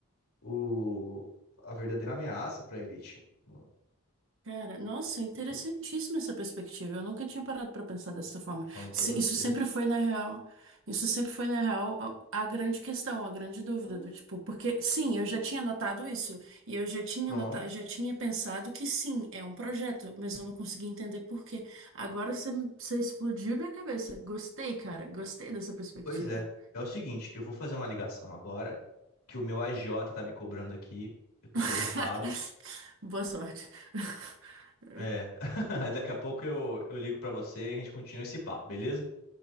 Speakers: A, on the left; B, on the right.
A: o, a verdadeira ameaça para a elite. Eu
B: Cara, nossa, interessantíssima
A: Tô,
B: essa perspectiva. Eu nunca tinha parado pra pensar dessa forma.
A: tô falando para
B: Se-
A: você.
B: Isso sempre foi, na real, isso sempre foi, na real, a, a grande questão, a grande dúvida
A: Aí,
B: do tipo, porque sim, eu já tinha notado isso, e eu já tinha
A: Pronto.
B: notado, já tinha pensado que sim, é um projeto, mas eu não conseguia entender por quê. Agora você, você explodiu minha cabeça. Gostei, cara, gostei dessa perspectiva.
A: Pois é. É o seguinte, eu vou fazer uma ligação agora, que o meu agiota tá me cobrando aqui, eu tô
B: <laughs>
A: preocupado.
B: Boa sorte. <laughs>
A: É. <laughs> Daqui a pouco eu, eu ligo pra você e a gente continua esse papo, beleza?